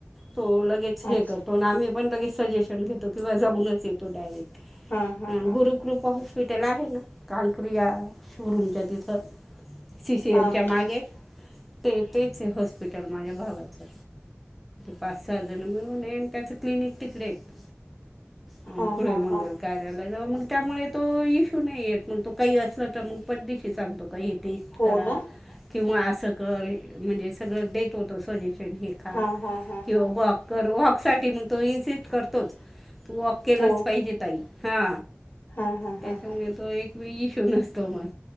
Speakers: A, in the centre; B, on the left.
A: तो लगेच हे
B: अच्छा
A: करतो. आणि आम्ही पण लगेच सजेशन घेतो किंवा जाऊनच येतो. तो डायरेक्ट
B: हा हा हा
A: गुरुकृप हॉस्पिटल आहे ना कांक्रिया.? शोरूमच्या तिथं सी. सी.
B: हा
A: एमच्या मागे.
B: हा
A: ते तेच आहे हॉस्पिटल माझ्या भावाचं. पाच-सहा जण मिळून त्याच क्लिनिक तिकडे आहेत. अ
B: हा
A: गुळी
B: हा
A: मंगल
B: हा
A: कार्यालय जवळ मग त्यामुळे. तो इश्यू नाही येत. मग तो काही असला तर मग पद्दशीर सांगतो. काही. तस
B: हो
A: करा.
B: ना
A: किंवा असं कर. म्हणजे सगळं देत होत सजेशन. खा
B: हा हा हा
A: किंवा
B: हा
A: वॉक-वॉक साठी मग तो इसट करतोच. वौक केलच
B: हो
A: पाहिजे ताई. हा
B: हा हा
A: त्याच्यामुळे
B: हा हा
A: तो एक. ईशो नसतो. मग